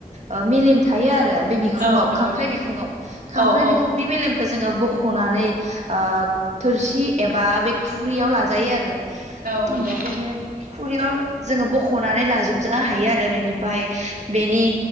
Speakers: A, on the right; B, on the right.
A: ओ मेलेम थायो आरो बे बिखुङाव
B: औ नंगौ
A: खांख्राइ बिखुङाव खांख्राइ
B: औ औ
A: बिखुंनि मेलेम खौ जोङो बख'नानै ओ थोरसि एबा बे खुरियाव लाजायो आरो
B: औ नंगौ
A: बिदिनो खुरैयाव जोङो बख'नानै लाजोब जा हायो आरो बेनिफ्राय बेनि